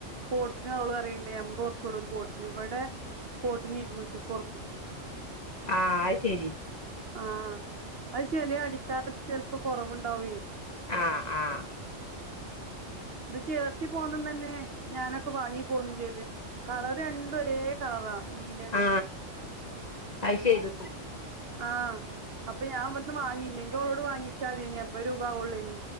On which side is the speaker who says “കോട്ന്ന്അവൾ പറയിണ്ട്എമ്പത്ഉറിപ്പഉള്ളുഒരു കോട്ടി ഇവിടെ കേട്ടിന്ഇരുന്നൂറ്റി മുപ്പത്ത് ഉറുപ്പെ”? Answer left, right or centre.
Right